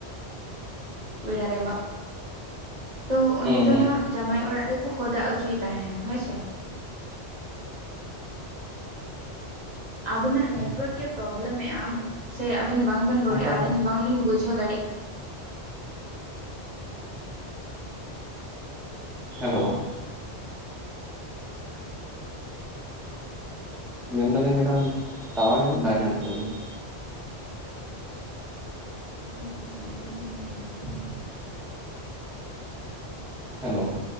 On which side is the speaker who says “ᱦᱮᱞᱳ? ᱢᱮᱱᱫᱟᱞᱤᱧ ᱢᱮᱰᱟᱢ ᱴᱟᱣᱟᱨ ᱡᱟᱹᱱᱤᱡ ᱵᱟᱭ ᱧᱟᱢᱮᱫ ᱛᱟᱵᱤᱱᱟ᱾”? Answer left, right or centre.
Centre